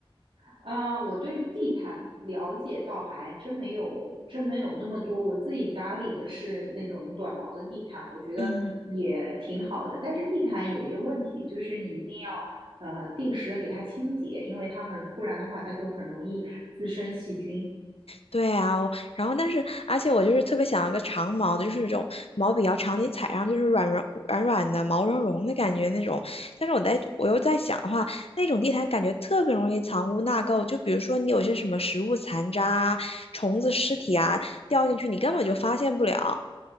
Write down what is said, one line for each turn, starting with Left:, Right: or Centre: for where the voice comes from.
Right: 啊，我对地毯了解倒还真没有，真没有那么多。我自己家里的是那种短毛的地毯，我觉得也挺好的。
Left: 嗯。
Right: 但是地毯有一个问题，就是你一定要呃定时的给它清洁，因为它很，不然的话它就很容易滋生细菌。
Left: 对啊，我然后但是，而且我就是特别想要个长毛的，就是这种毛比较长，你踩上就是软软软软的、毛茸茸的感觉那种。但是我在我又在想的话，那种地毯感觉特别容易藏污纳垢，就比如说你有些什么食物残渣啊、虫子尸体啊掉进去，你根本就发现不了